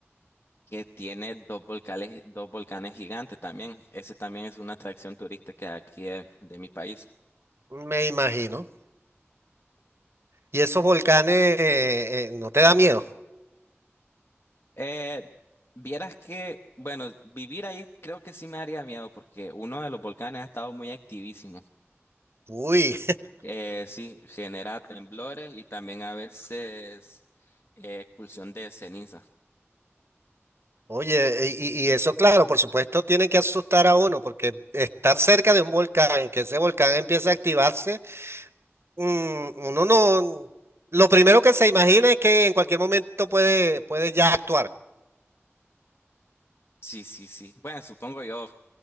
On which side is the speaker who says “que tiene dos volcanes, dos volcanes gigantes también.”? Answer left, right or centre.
Left